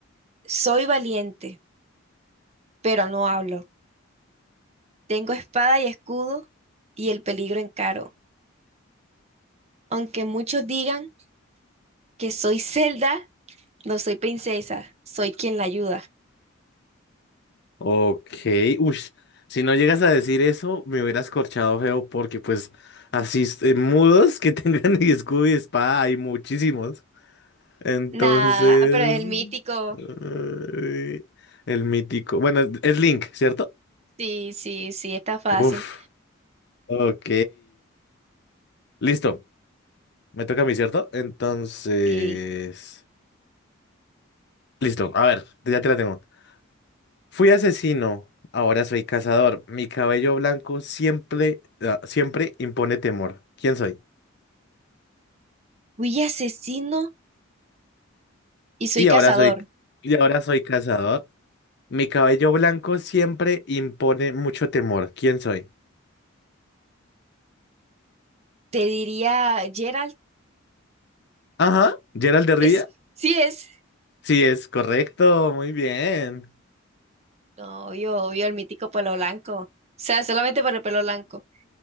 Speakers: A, on the right; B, on the left.
A: soy valiente, pero no hablo. Tengo espada y escudo y el peligro encaro. Aunque muchos digan que soy Zelda, no soy princesa, soy quien la ayuda.
B: ok, uy, si no llegas a decir eso, me hubieras corchado feo, porque pues así, eh, mudos que <laughs> tengan escudo y espada, hay muchísimos. Entonces,
A: Nah, pero es el mítico.
B: eh, el mítico. Bueno, es Link, ¿cierto?
A: Sí, sí, sí, está fácil.
B: Uf, ok. Listo, me toca a mí, ¿cierto? Entonces,
A: Sí.
B: listo, a ver, ya te la tengo. Fui asesino, ahora soy cazador. Mi cabello blanco siempre, ah, siempre impone temor. ¿Quién soy?
A: Fui asesino y soy
B: Y
A: cazador.
B: ahora soy, y ahora soy cazador. Mi cabello blanco siempre impone mucho temor. ¿Quién soy?
A: Te diría Geralt.
B: Ajá, Gerald de Rivia.
A: Es, sí es.
B: Sí, es correcto, muy bien.
A: No, obvio, obvio, el mítico pelo blanco. O sea, solamente por el pelo blanco.